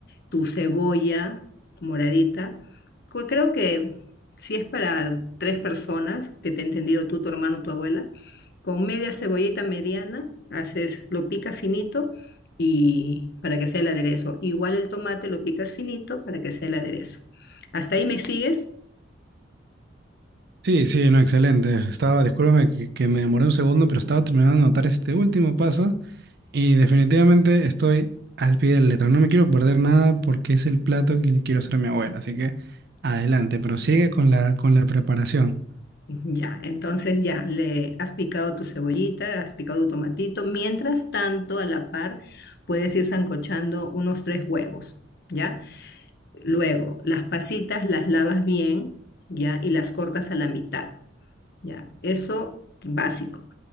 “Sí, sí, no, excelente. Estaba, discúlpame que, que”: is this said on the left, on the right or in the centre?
Right